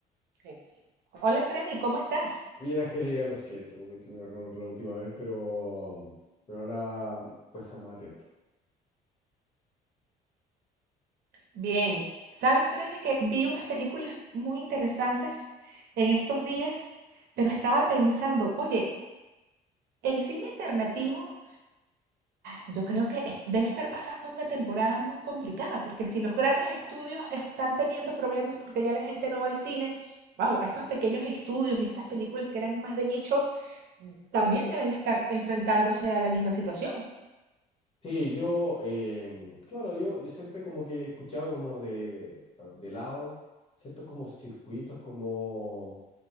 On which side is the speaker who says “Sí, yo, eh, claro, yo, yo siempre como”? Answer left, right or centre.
Left